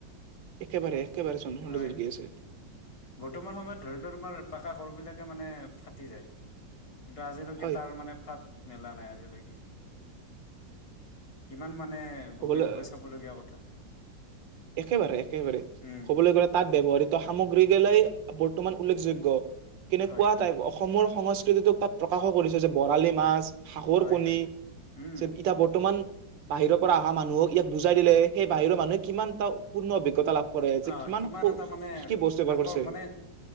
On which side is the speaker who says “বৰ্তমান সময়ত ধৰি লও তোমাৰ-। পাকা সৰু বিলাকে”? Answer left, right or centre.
Left